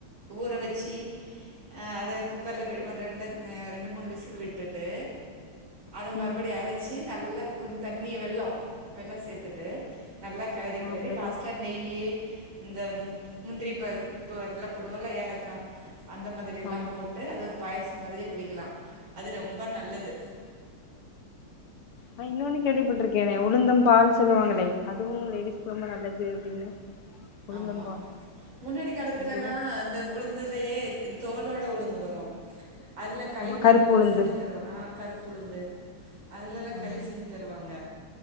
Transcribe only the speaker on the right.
ஊற வச்சி ஆ அத குக்கர்ல வெ ஒரு ரெண்டஞ் ஆ ரெண்டு மூணு விசில் விட்டுட்டு அத மறுபடியு
அரைச்சி நல்ல கொஞ்ச தண்ணி வெல்லோ வெல்லோ சே த்துட்டு நல்லா கெளறி கெளறி
லாஸ்ட்டா நெய்யி இந்த ம் முந்திரி பருப்பு அதெல்லா போடுவோல்ல ஏலக்கா அந்த மாதிரி எல்லா
போட்டு அது ஒரு பாயசோ மாதிரியே குடிக்கலா அது ரொம்ப நல்லது
ஆமா முன்னாடி காலத்துலல்லா
இந்த உளுந்துலியே தோலோட உளுந்து போடுவாங்க அதுல களி
மாதிரிலா
செஞ்சு தருவாங்க ஆ கரு புளுந்து அதுலலெல்லா
களி செஞ்சு தருவாங்க